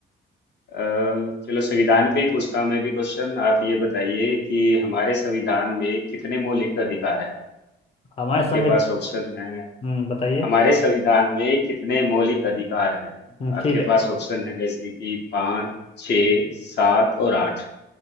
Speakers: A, on the left; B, on the left.
A: अ, चलो संविधान पे ही पूछता हूँ मैं भी क्वेश्चन आप ये बताइए कि हमारे संविधान में कितने मौलिक अधिकार हैं
B: हमारे
A: आपके
B: संविधान
A: पास ऑप्शन है
B: हम्म बताइए
A: हमारे संविधान में कितने मौलिक अधिकार हैं
B: हम्म,
A: आपके
B: ठीक है
A: पास ऑप्शन है जैसे कि पाँच छ सात और आठ